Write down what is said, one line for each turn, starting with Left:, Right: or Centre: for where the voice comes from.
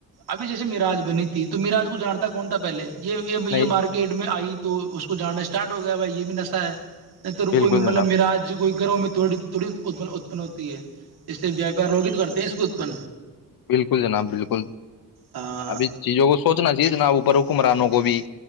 Right: ابھی جیسے م رج بنی ت تو میراج کو جانتا کون تھا بلے یہ یہ یہ
Left: نہیں
Right: مارکیٹ میں آئی تو اس کو جاننا اسٹارٹ ہو گیا بھائی یہ بھی نشہ ہے نہیں تیر
Left: بالکل
Right: کوئی مطلب
Left: جناب
Right: مراج کوئی گروں میں تھوڑی تھوڑی اتپن ہوتی ہے جس سے پیار لوگ کرتے ہیں اس کو <unintelligible>
Left: بالکل جناب بالکل
Right: ہاں
Left: ابھی چیزوں کو سوچنا چاہیے جناب اوپر کمرانوں کو بھی